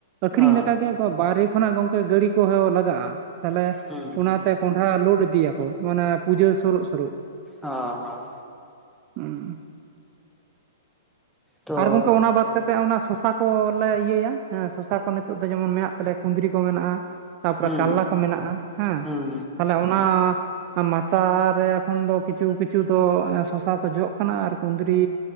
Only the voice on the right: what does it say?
ᱟᱹᱠᱷᱨᱤᱧ
ᱞᱮᱠᱟ ᱜᱮ ᱵᱟᱨᱦᱮ ᱠᱷᱚᱱᱟᱜ ᱜᱚᱝᱠᱮ ᱜᱟᱹᱲᱤ ᱠᱚᱦᱚᱸ ᱞᱟᱜᱟ-ᱟ ᱛᱟᱦᱚᱞᱮ
ᱚᱱᱟᱛᱮ, ᱞᱳᱰ ᱤᱫᱤᱭ ᱟᱠᱚ ᱢᱟᱱᱮ ᱯᱩᱡᱟᱹ ᱥᱩᱨᱩᱜ-ᱥᱩᱨᱩᱜ
<unintelligible>
ᱟᱨ ᱜᱚᱝᱠᱮ ᱚᱱᱟ ᱵᱟᱫ ᱠᱟᱛᱮᱜ ᱚᱱᱟ ᱥᱚᱥᱟ ᱠᱚᱞᱮ ᱤᱭᱟᱹᱭᱟ, ᱦᱮᱸ ᱥᱚᱥᱟ ᱠᱚ ᱱᱤᱛᱚᱜ ᱫᱚ ᱡᱮᱢᱚᱱ ᱢᱮᱱᱟᱜ ᱛᱟᱞᱮᱭᱟ᱾ ᱠᱩᱸᱫᱨᱤ ᱠᱚ ᱢᱣᱱᱟᱜ-ᱟ ᱛᱟᱨᱯᱚᱨᱮ
ᱠᱟᱨᱞᱟ ᱠᱚ ᱢᱮᱱᱟᱜ-ᱟ ᱦᱮᱸ
ᱛᱟᱦᱚᱞᱮ ᱚᱱᱟ ᱢᱟᱪᱟ ᱨᱮ ᱮᱠᱷᱚᱱ ᱫᱚ ᱠᱤᱪᱷᱩ ᱠᱤᱪᱷᱩ ᱫᱚ ᱥᱚᱥᱟ ᱠᱚ ᱡᱚᱜ ᱠᱟᱱᱟ ᱟᱨ ᱠᱩᱸᱫᱽᱨᱤ